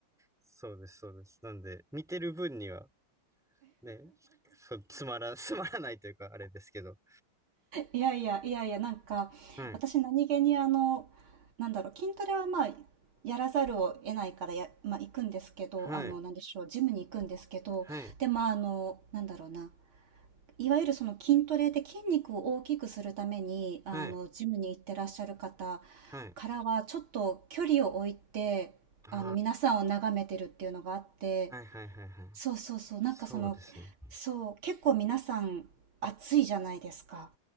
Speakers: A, in the centre; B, on the right.
A: そうです、そうです。なんで、見てる分には、ね、そう、つまら、<laughs> つまらないというか、あれですけど。
B: いやいや、いやいや、なんか、
A: はい、
B: 私何気にあの、なんだろう、筋トレはまあ、やらざるを得ないからや、まあ、行くんですけど、
A: はい、
B: あの、なんでしょう、ジムに行くんですけど、
A: はい、
B: で、まあ、あの、なんだろうな、いわゆるその筋トレで筋肉を大きくするために、あの、
A: はい、
B: ジムに行ってらっしゃる方
A: はい。
B: からは、ちょっと距離を置いて、
A: あ
B: あの、皆さんを眺めてるっていうのがあって、
A: あ、はい、はい、はい、はい。
B: そうそうそう、なんかその、
A: そうですね。
B: そう、結構皆さん、暑いじゃないですか。